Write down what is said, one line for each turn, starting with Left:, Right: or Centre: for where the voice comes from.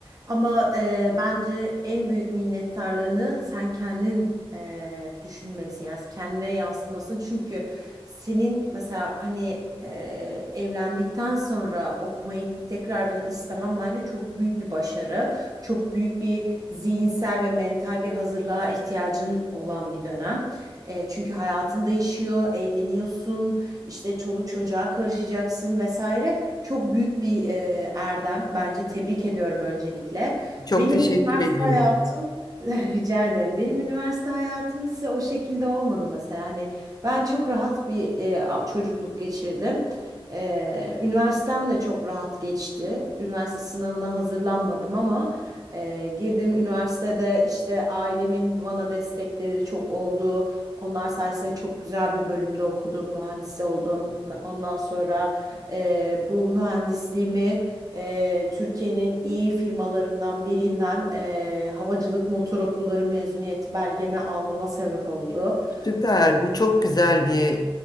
Right: Ama e, bence en büyük minnettarlığını sen kendin e, düşünmelisin. Yani kendine yansıtmasın. Çünkü senin mesela hani e, evlendikten sonra okumayı tekrardan istemem bence çok büyük bir başarı. Çok büyük bir zihinsel ve mental bir hazırlığa ihtiyacın olan bir dönem. E, çünkü hayatın değişiyor, evleniyorsun, işte çoluk çocuğa karışacaksın vesaire. Çok büyük bir e, erdem bence. Tebrik ediyorum öncelikle.
Left: Çok
Right: Benim
Left: teşekkür
Right: üniversite
Left: ediyorum.
Right: hayatım <laughs> rica ederim. Benim üniversite hayatım ise o şekilde olmadı mesela. Hani ben çok rahat bir e, çocukluk geçirdim. E, üniversitem de çok rahat geçti. Üniversite sınavına hazırlanmadım ama e, girdiğim üniversitede işte ailemin bana destekleri çok oldu. Onlar sayesinde çok güzel bir bölümde okudum, mühendis oldum. Ondan sonra Eee, bu mühendisliğimi eee, Türkiye'nin iyi firmalarından birinden eee, havacılık motor okulları mezuniyeti belgemi almama sebep oldu.
Left: Süper.
Right: Eee,
Left: Bu çok güzel bir